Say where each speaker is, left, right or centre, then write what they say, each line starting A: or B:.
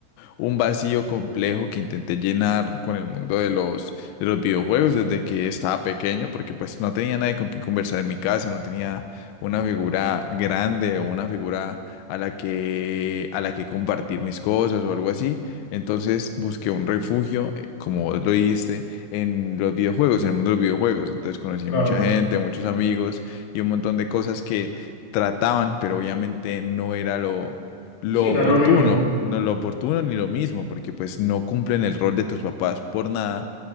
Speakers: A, on the left; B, on the left.
A: un vacío complejo que intenté llenar con el mundo de los, de los videojuegos desde que estaba pequeño, porque pues no tenía nadie con quien conversar en mi casa, no tenía una figura grande o una figura a la que, a la que compartir mis cosas o algo así. Entonces busqué un refugio, eh, como vos lo dijiste, en los videojuegos, en el mundo de los videojuegos. Entonces conocí
B: Claro.
A: mucha gente, muchos amigos y un montón de cosas que trataban, pero obviamente no era lo lo
B: Sí,
A: oportuno,
B: no es lo mismo.
A: no lo oportuno ni lo mismo, porque pues no cumplen el rol de tus papás por nada,